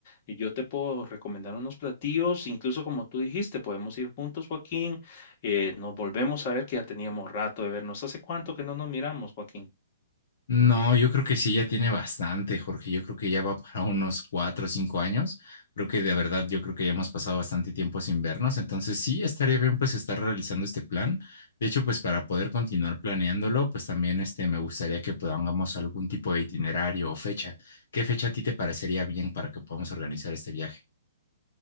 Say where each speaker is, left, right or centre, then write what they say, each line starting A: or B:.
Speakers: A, on the left (about 40°); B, on the left (about 65°).
A: y yo te puedo recomendar unos platillos, incluso como tú dijiste, podemos ir juntos, Joaquín, eh, nos volvemos a ver que ya teníamos rato de vernos. ¿Hace cuánto que no nos miramos, Joaquín?
B: No, yo creo que sí, ya tiene bastante, Jorge. Yo creo que ya va para unos cuatro o cinco años. Creo que de verdad, yo creo que ya hemos pasado bastante tiempo sin vernos. Entonces sí, estaría bien pues estar realizando este plan. De hecho, pues para poder continuar planeándolo, pues también este, me gustaría que podamos algún tipo de itinerario o fecha. ¿Qué fecha a ti te parecería bien para que podamos organizar este viaje?